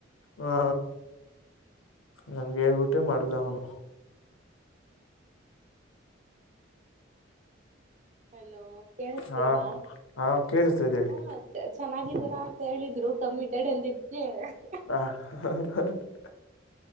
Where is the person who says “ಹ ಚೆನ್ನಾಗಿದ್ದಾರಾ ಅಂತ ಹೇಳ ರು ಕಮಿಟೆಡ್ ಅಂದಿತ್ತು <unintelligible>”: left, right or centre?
Right